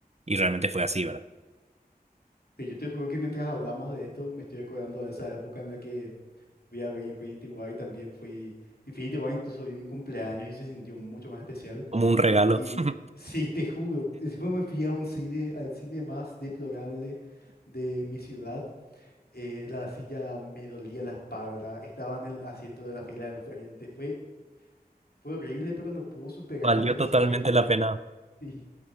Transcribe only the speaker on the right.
y realmente fue así, ¿verdad?
Como un regalo,
<laughs>
valió
totalmente
la
pena.